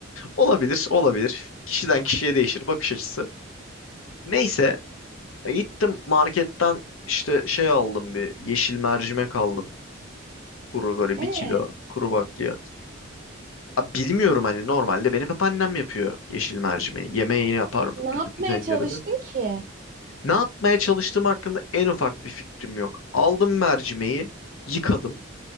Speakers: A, on the left (about 80°); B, on the right (about 40°).
A: Olabilir olabilir. Kişiden kişiye değişir bakış açısı. Neyse E, Gittim marketten işte şey aldım bir yeşil mercimek aldım. Kuru böyle
B: E,
A: bir kilo kuru bakliyat. Abi bilmiyorum hani normalde benim hep annem yapıyor yeşil mercimeği. Yemeğini yapar
B: ne yapmaya
A: düdüklü tencerede.
B: çalıştın ki?
A: Ne yapmaya çalıştığım hakkında en ufak bir fikrim yok. Aldım mercimeği yıkadım.